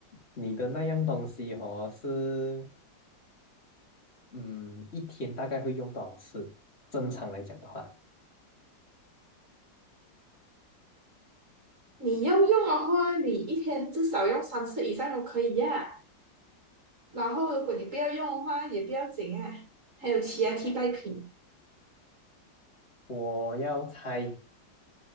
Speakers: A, on the left (about 35°); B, on the right (about 45°).
A: 你的那样东西哦，是嗯，一天大概会用多少次？正常来讲的话，
B: 你要用的话，你一天至少用三次以上都可以呀、啊然后如果你不要用的话，也不要紧啊。还有其他替代品
A: 我要猜